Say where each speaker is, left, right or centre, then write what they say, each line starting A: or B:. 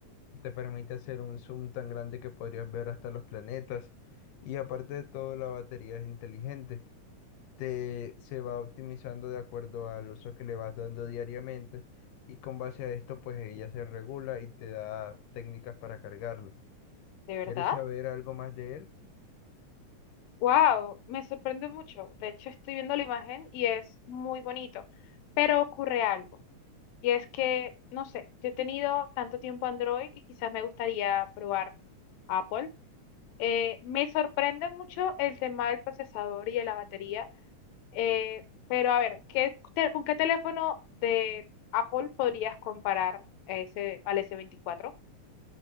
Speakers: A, on the left; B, on the left.
A: Te permite hacer un zoom tan grande que podrías ver hasta los planetas. Y aparte de todo, la batería es inteligente te, se va optimizando de acuerdo al uso que le vas dando diariamente y con base a esto pues ella se regula y te da técnicas para cargarla.
B: ¿De verdad?
A: ¿Quieres saber algo más de él?
B: Wow, me sorprende mucho. De hecho, estoy viendo la imagen y es muy bonito, pero ocurre algo. Y es que, no sé, yo he tenido tanto tiempo Android y quizás me gustaría probar Apple. Eh, me sorprende mucho el tema del procesador y de la batería, eh, pero a ver, ¿qué te- ¿con qué teléfono de Apple podrías comparar ese, al s veinticuatro